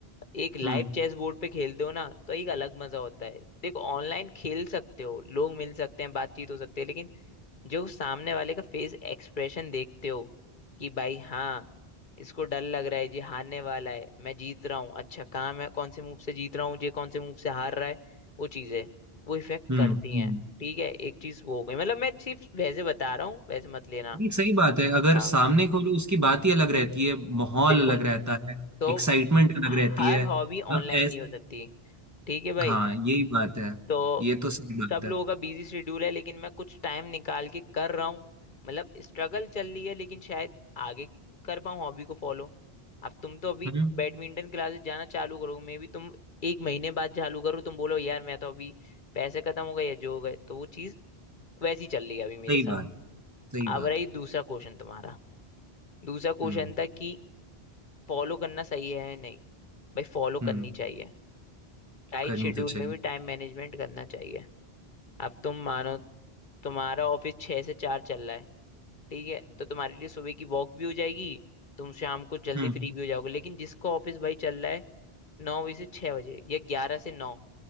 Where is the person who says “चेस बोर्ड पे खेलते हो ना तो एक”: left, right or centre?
Left